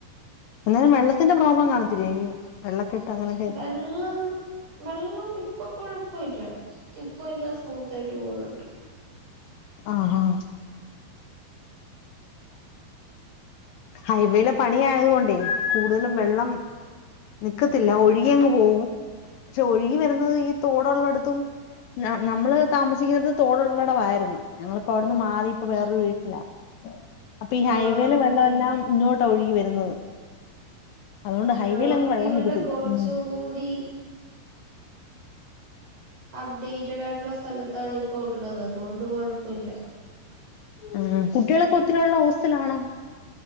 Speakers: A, on the left; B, on the right.
A: എന്നാലും വെള്ളത്തിന്റെ പ്രോബ്ലം കാണത്തില്ലേ ഇ വെള്ളക്കെട്ട് അങ്ങനെ
B: വെള്ളം വെള്ളം ഇപ്പൊ കൊഴപ്പില്ല ഇപ്പൊ എല്ലാം സ്മൂത്ത് ആയിട്ട് പോകുന്നുണ്ട്
A: ആഹ് ആഹ് ഹൈവേയിലെ പണി ആയതു കൊണ്ടേ കൂടുതലും വെള്ളം നിക്കത്തില്ല ഒഴുകി അങ്ങ് പോവും പക്ഷെ ഒഴുകി വരുന്നത് ഈ തോടുള്ളടുത്തും നമ്മള് താമസിക്കുന്ന തോടുള്ളടവായിരുന്നു ഞങ്ങളിപ്പോ അവിടുന്ന് മാറി ഇപ്പ വേറൊരു വീട്ടില അപ്പൊ ഈ
B: ആഹ്
A: ഹൈവേയിലെ വെള്ളം
B: ഓക്കെ
A: എല്ലാം ഇങ്ങോട്ടാ ഒഴുകി വരുന്നത് അതുകൊണ്ട് ഹൈവേയിൽ
B: നമുക്ക്
A: എങ്ങും വെള്ളം
B: ഇവിടെ
A: നിക്കത്തില്ല
B: കുറച്ചും
A: ഉം
B: കൂടി അപ്ഡേറ്റഡായിട്ടുള്ള സ്ഥലത്താണ് ഇപ്പ ഉള്ളത് അതുകൊണ്ട് കൊഴപ്പില്ല
A: ഉം കുട്ടികളൊക്കെ ഒത്തിരിയുള്ള ഹോസ്റ്റൽ ആണോ